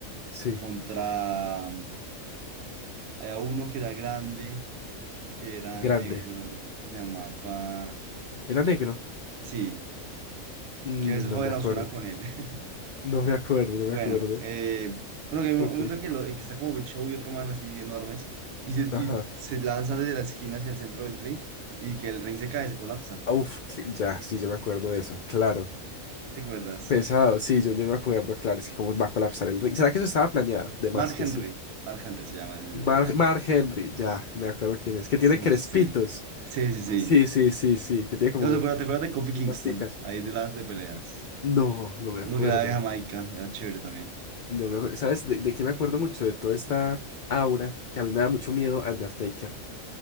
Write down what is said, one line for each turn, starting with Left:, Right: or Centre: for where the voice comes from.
Left: Sí.
Right: contra, mm, había uno que era grande, que eran
Left: Grande.
Right: negro, que se llamaba...
Left: Era negro.
Right: Sí,
Left: Mm,
Right: Que a veces
Left: No
Right: joden
Left: me acuerdo.
Right: a Ozuna con él. <laughs>
Left: No me acuerdo, no me
Right: Bueno,
Left: acuerdo.
Right: eh, bueno, que hay un
Left: Ok.
Right: momento que, lo, en que está como Big Show y otro man así enormes y se, y
Left: Ajá.
Right: se lanzan desde la esquina hacia el centro del ring y que el ring se cae, se colapsa.
Left: Uf, que- ya, sí, yo me acuerdo de eso, claro.
Right: ¿te acuerdas?
Left: Pesado, sí, yo, yo me acuerdo, claro, es que cómo va a colapsar el ring. ¿Será que eso estaba planeado? De más
Right: Mark
Left: que
Right: Henry.
Left: sí.
Right: Mark Henry se llama el,
Left: Mar,
Right: el man.
Left: Mark Henry, ya, me acuerdo quién es. Que
Right: Sí,
Left: tiene crespitos.
Right: sí, sí. Sí, sí, sí.
Left: Sí, sí, sí, sí, que tiene como
Right: No, ¿te acuerdas, te acuerdas de Kofi Kingston?
Left: rasticas.
Right: Ahí de las de peleas.
Left: No, no me
Right: Uno
Left: acuerdo.
Right: que era de Jamaica, era chévere también.
Left: No me acuerdo. ¿Sabes de, de qué me acuerdo mucho? De toda esta aura, que a mí me da mucho miedo Undertaker.